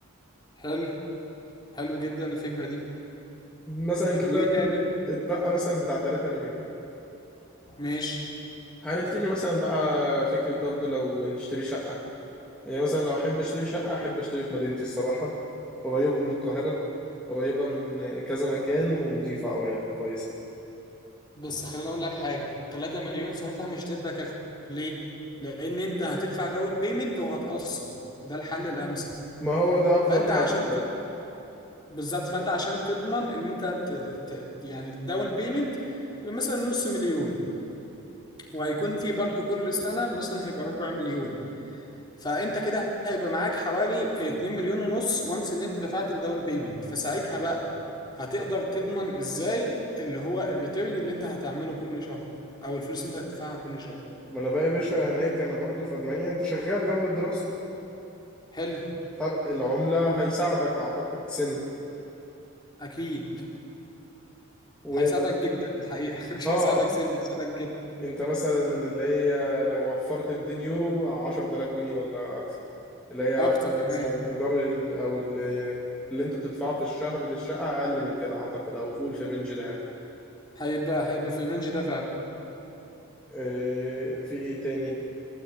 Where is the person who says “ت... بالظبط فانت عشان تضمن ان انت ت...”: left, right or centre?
Left